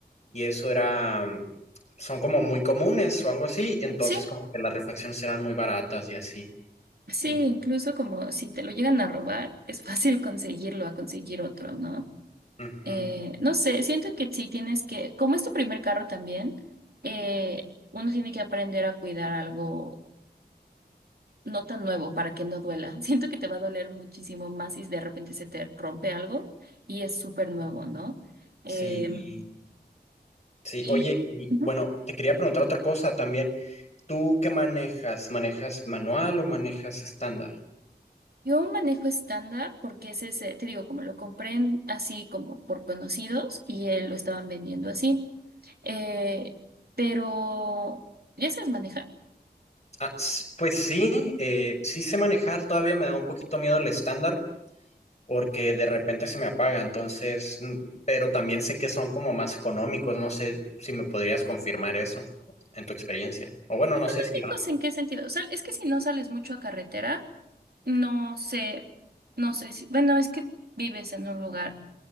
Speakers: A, on the left; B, on the right.
A: y eso era, son como muy comunes o algo así, entonces
B: Sí,
A: como que las refacciones eran muy baratas y así.
B: sí,
A: Y,
B: incluso como si te lo llegan a robar, es fácil conseguirlo a conseguir otro, ¿no?
A: ujú,
B: Eh, no sé, siento que sí tienes que, como es tu primer carro también, eh, uno tiene que aprender a cuidar algo no tan nuevo para que no duela. <laughs> Siento que te va a doler muchísimo más si de repente se te rompe algo y es súper nuevo, ¿no? Eh,
A: sí, sí,
B: y
A: oye, y
B: ujú.
A: bueno, te quería preguntar otra cosa también. ¿Tú qué manejas? ¿Manejas manual o manejas estándar?
B: yo manejo estándar porque ese es ese, te digo, como lo compré en- así como por conocidos y él lo estaban vendiendo así. Eh, pero, ¿ya sabes manejar?
A: Ah, s- pues sí, eh, sí sé manejar, todavía me da un poquito miedo el estándar. porque de repente se me apaga, entonces, mm, pero también sé que son como más económicos, no sé si me podrías confirmar eso en tu experiencia. O bueno,
B: ¿Económicos
A: no sé si... ah,
B: en qué sentido? O sea, es que si no sales mucho a carretera, no sé, no sé si, bueno, es que vives en un lugar.